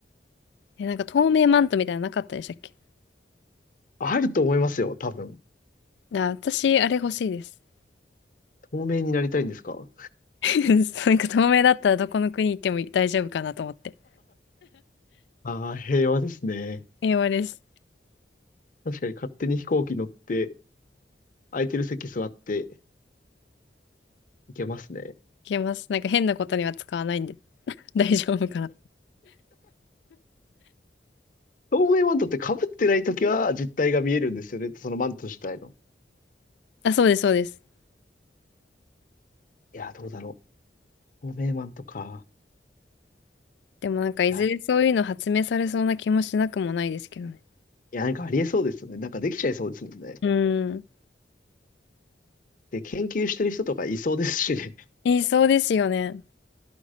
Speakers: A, on the left; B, on the left.
A: え、なんか透明マントみたいなのなかったでしたっけ
B: あると思いますよ、多分。
A: あ、私、あれ欲しいです。
B: 透明になりたいんですか
A: <laughs> なんか透明だったらどこの国行っても大丈夫かなと思って。
B: ああー、平和ですね。
A: 英語です。
B: 確かに勝手に飛行機乗って、空いてる席座っていけますね。
A: いけます。なんか変なことには使わないんで <laughs> 大丈夫かな。
B: 透明マントって被ってないときは実体が見えるんですよね。そのマント自体の。
A: あ、そうです、そうです。
B: いや、どうだろう。透明マントか。
A: でもなんかいずれそういうの発明されそうな気もしなくもないですけどね。
B: いや、いや、なんかありえそうですよね。なんかできちゃいそうですもんね。
A: うーん。
B: で、研究してる人とかいそうですしね。<laughs>
A: 言いそうですよね。